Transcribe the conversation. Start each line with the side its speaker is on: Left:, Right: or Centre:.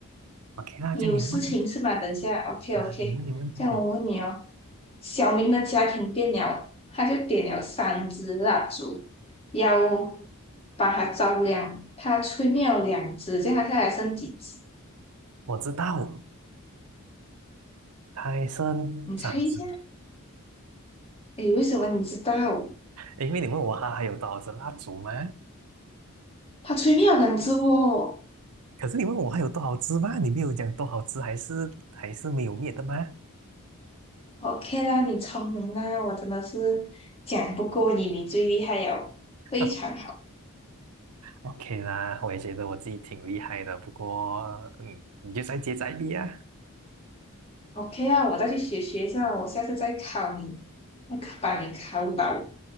Right: ，OK 啦，
Left: 你有事情是吧？
Right: 这样你问
Left: 等一下，OK
Right: 啊，
Left: OK。
Right: 你问你问，
Left: 这样我问你哦，
Right: 嗯，
Left: 小明的家庭电了，他就点了三支蜡烛，要把它照亮。他吹灭了两支，这样他现在还剩几支？
Right: 我知道，森，
Left: 你猜一下。
Right: 剩三只。
Left: 诶，为什么你知道？
Right: 因为你问我它还有多少支蜡烛吗？
Left: 他吹灭了两支哦。
Right: 可是你问我还有多少吃吗？你没有讲多少吃，还是还是没有灭的吗
Left: OK 啦，你聪明啦，我真的是讲不过你，你最厉害哦，
Right: <laughs>
Left: 非常好。
Right: ？OK 啦，我也觉得我自己挺厉害的，不过嗯，你就再接再厉啊。
Left: OK 啊，我再去学学一下，我下次再考你，要考把你考倒。